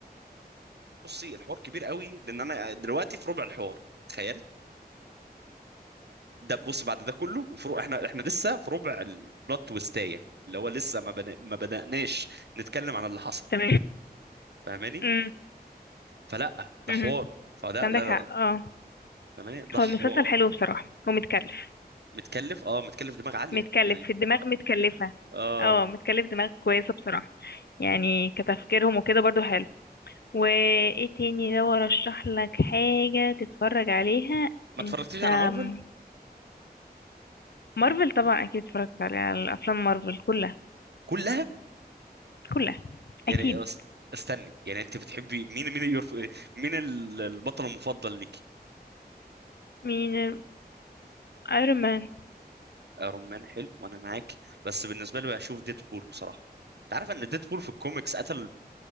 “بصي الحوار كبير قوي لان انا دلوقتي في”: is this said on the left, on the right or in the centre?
Right